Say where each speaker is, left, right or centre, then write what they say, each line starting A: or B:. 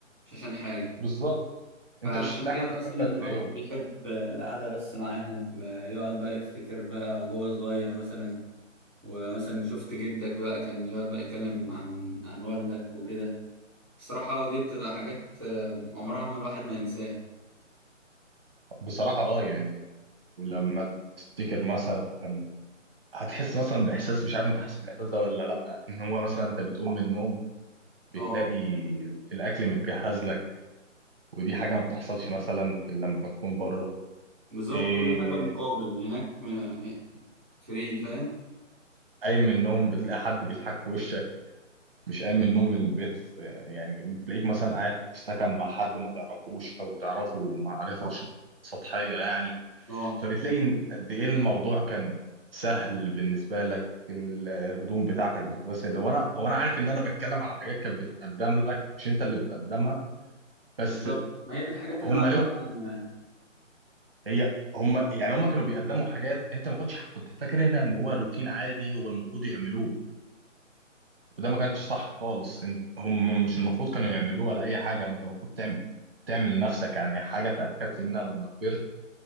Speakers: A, in the centre; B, on the right.
A: مش عشان حاجه
B: بالظبط
A: فعشان
B: انت مش هتلاقي
A: كده
B: حد يحبك
A: مثلا الواحد
B: زيهم
A: بيحب
B: يعني
A: آه، القعده بس معاهم آه، يقعد بقى يفتكر بقى وهو صغير مثلا ومثلا شفت جدك بقى كان يقعد بقى يتكلم عن عن والدك وكده الصراحة دي بتبقى حاجات آه، عمرها ما الواحد ما ينساها
B: بصراحة اه يعني ولما تفتكر مثلا هتحس مثلا باحساس مش عارف انت حسيت بالاحساس ده ولا لا ان هو مثلا انت بتقوم من النوم بتلاقي
A: اه
B: الاكل متجهز لك ودي حاجة ما بتحصلش مثلا في لما تكون بره
A: بالظبط
B: إيه
A: كل حاجة بمقابل هناك آه، فري فاهم
B: قايم من النوم بتلاقي حد بيضحك في وشك مش قايم من النوم من البيت آه، يعني بتلاقيك مثلا قاعد في سكن مع حد ما تعرفوش او تعرفه معرفة ش- سطحية يعني
A: اه
B: فبتلاقي إن قد ايه الموضوع كان سهل بالنسبة لك ال- الهدوم بتاعتك بتتغسل هو انا هو انا عارف ان انا بتكلم على حاجات كانت بتتقدم لك مش انت اللي بتقدمها بس
A: بالظبط ما هي دي الحاجات اللي
B: هم
A: معلقة
B: ليه
A: معانا يعني
B: هي هم يعني هم كانوا بيقدموا حاجات انت ما كنتش كنت فاكر هنا ان هو روتين عادي هو المفروض يعملوه وده ما كانش صح خالص انت هم مش المفروض كانوا يعملوه ولا اي حاجه انت المفروض تعمل تعمل لنفسك يعني حاجه اتاكدت منها لما كبرت